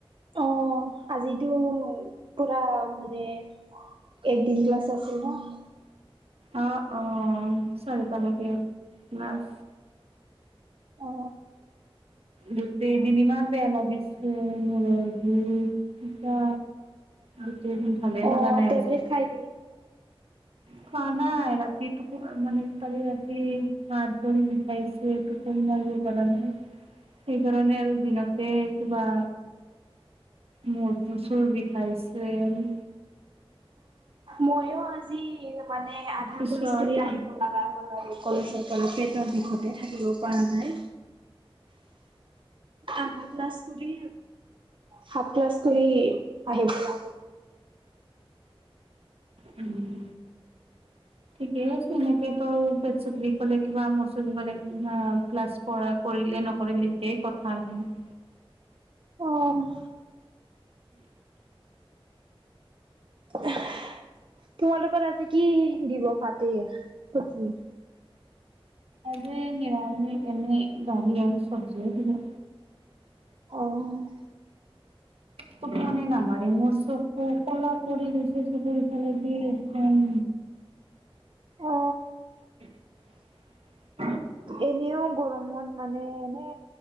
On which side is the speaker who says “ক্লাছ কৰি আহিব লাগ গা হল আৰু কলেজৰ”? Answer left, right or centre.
Right